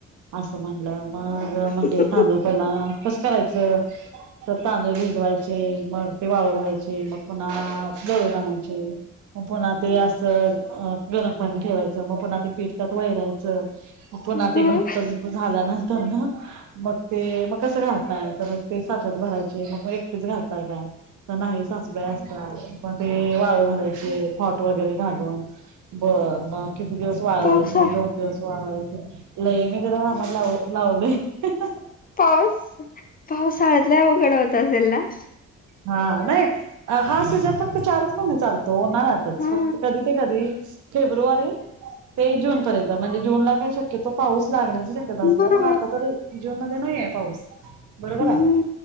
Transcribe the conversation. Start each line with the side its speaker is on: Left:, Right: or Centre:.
Right: असं म्हणलं, मग म्हणली
Left: ह
Right: तांदूळ पहिला कसं करायचं? तरऽऽ तांदूळ भिजवायचे, मग ते वाळू घालायचे, मग पुणा्हा दळून आणायचे,, मग पुन्हा ते असं अं गरम पाणी ठेवायचं, मग पुन्हा ते पिठ त्याच्यात वैरायचं,, पुन्हा
Left: हम्म,
Right: ते घट्ट झाल्यानंतर ना,, मग ते मग कसं घाल? तर ते साच्यात भरायचं,, मग एकटेच घाताय का? तर नाही सासूबाई असत्या ते वाळू घालायचे, खॉट वगैरे घालून बर मऽऽ किती दिवस वाळवायचे?
Left: पावसाळ
Right: दोन दिवस वाळवायचे, लई मी जरा कामात लाव लावलयऽऽ
Left: पाऊस, पावसाळ्यात लय अवघड होत आसल नाऽऽ
Right: हा, नाही हा सीझन फक्त चारच महिना चालूऽऽ होणार आताच,,
Left: हा
Right: फक्त कधी ते कधी,, फेब्रुवारी ते जून पर्यंत म्हणजेऽऽ जून ला काही शक्यतो पाऊस लागण्याची शक्यता असत्या,,
Left: बरोबर
Right: पण आता तर जून मध्ये नाही आय पाऊस.. बरोबर
Left: हम्म
Right: आय,,